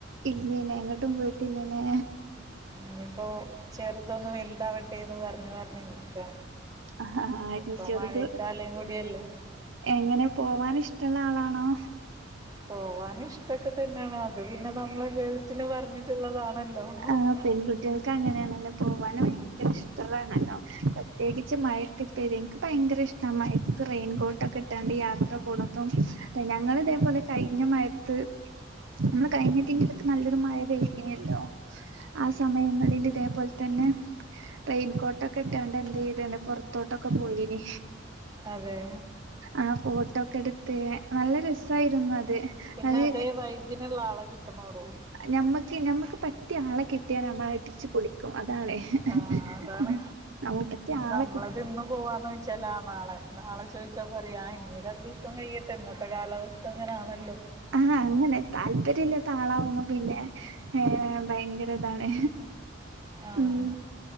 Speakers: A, on the right; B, on the right.
A: ഇല്ലലെ എങ്ങട്ടും പോയിട്ടില്ലലെ
B: ഇഞ്ഞിപ്പോ ചെറുതൊന്ന് വലുതാവട്ടെന്ന് പറഞ്ഞ് പറഞ്ഞ് നിക്കാ
A: ആഹ്
B: ഇപ്പൊ
A: ചെറുത്
B: മഴക്കാലം കൂടിയല്ലേ
A: എങ്ങനെ പോവാൻ ഇഷ്ടള്ള ആളാണോ
B: പോവാന് ഇഷ്ടക്കെ തന്നെണ് അത് പിന്നെ നമ്മളെ ഗേൾസിന് പറഞ്ഞിട്ടുള്ളതാണല്ലോ ഉം.
A: ആഹ് പെൺകു കുട്ടികൾക്ക് അങ്ങനെണല്ലോ പോവാനും ഭയങ്കര ഇഷ്ടുള്ളാണല്ലോ പ്രത്യേകിച്ച് മയത്ത് ര് നിക്ക് ഭയങ്കര ഇഷ്ട മയത്ത് റെയിൻകോട്ടൊക്കെ ഇട്ടാണ്ട് യാത്ര പോണതും ഞങ്ങളിതേപോലെ കഴിഞ്ഞ മയത്ത് നമ്മള് കഴിഞ്ഞ <unintelligible> നല്ലൊരു മഴ പെയ്തീനിയല്ലോ ആ സമയങ്ങളിൽ ഇതേപോലെ തന്നെ റെയിൻകോട്ടൊക്കെ ഇട്ടാണ്ട് എന്തെയ്ത്ണ് പുറത്തോട്ടൊക്കെ പോയിന്
B: അതെ
A: ആ ഫോട്ടോക്കെ എടുത്ത് നല്ല രസായിരുന്നു അത്
B: പിന്നെ
A: അത്
B: അതേ വൈബിനുള്ള ആളെ കിട്ടണോടോ
A: നമ്മക്ക് നമ്മക്ക് പറ്റിയ ആളെ കിട്ടിയാ നമ്മളടിച്ച് പൊളിക്കും അതാണ്
B: ആ അതാണ്
A: ഉം നമുക്കത്തെ ആളെ
B: നമ്മളത്
A: കി
B: ഇന്ന് പോവാന്ന് ചോദിച്ചാ ആ നാളെ നാളെ ചോദിച്ചാ പറിയും ഇഞ്ഞീ രണ്ടി സം കഴിയട്ടെ ഇന്നത്തെ കാലാവസ്ഥ അങ്ങനെയാണല്ലോ
A: ആ അങ്ങനെ താല്പ ല്ലതാളാവുമ്പോ പിന്നെ ഏ ഭയങ്കര ഇതാണ്
B: ആഹ്
A: ഉം